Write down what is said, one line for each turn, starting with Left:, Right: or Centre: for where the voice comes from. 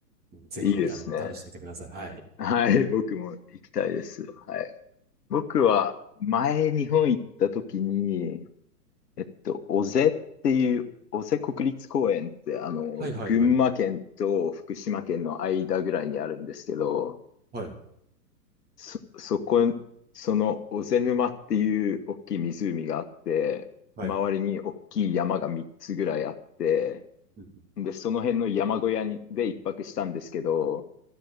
Right: うんぜひ、
Left: ー、いいですね。
Right: あの、試してみてください。はい。
Left: はい、僕も行きたいです。はい。僕は前日本行った時に、えっと、尾瀬っていう、尾瀬国立公園って、あの、
Right: はいはいはい。
Left: 群馬県と福島県の間ぐらいにあるんですけど、
Right: はいはい。
Left: そ、そこ、その、小瀬沼っていう大きい湖があって、
Right: はい。
Left: 周りに大きい山が3つぐらいあって、
Right: うん
Left: で、その辺の山小屋に、で一泊したんですけど、